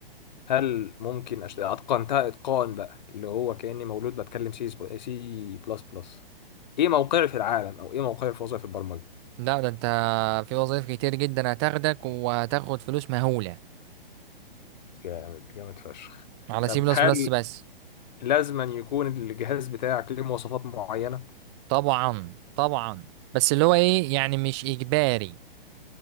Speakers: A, on the left; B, on the right.
A: هل ممكن أشت... أتقنتها إتقان بقى اللي هو كأني مولود بتكلم سي سي بلس بلس إيه موقعي في العالم أو إيه موقعي في وظائف البرمجة
B: لا ده انت في وظائف كتير جدا هتاخدك وهتاخد فلوس مهولة
A: جامد جامد فشخ
B: على
A: طب
B: سي بلس
A: هل
B: بلس بس
A: لازما يكون الجهاز بتاعك ليه مواصفات معينة؟
B: طبعا طبعا بس اللي هو ايه يعني مش اجباري